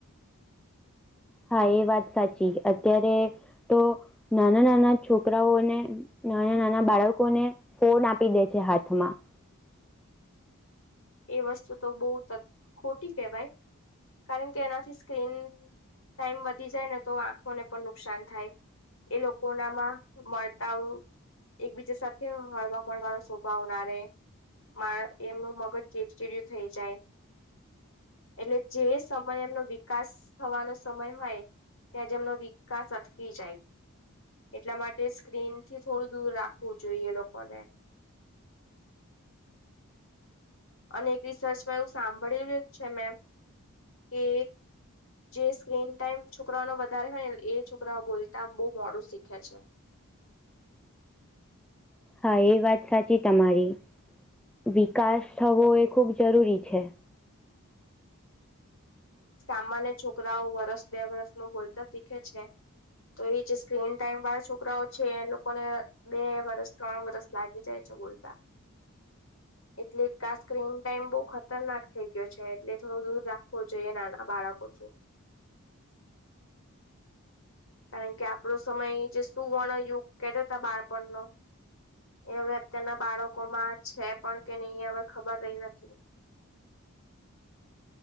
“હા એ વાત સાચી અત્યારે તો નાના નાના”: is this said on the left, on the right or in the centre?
Centre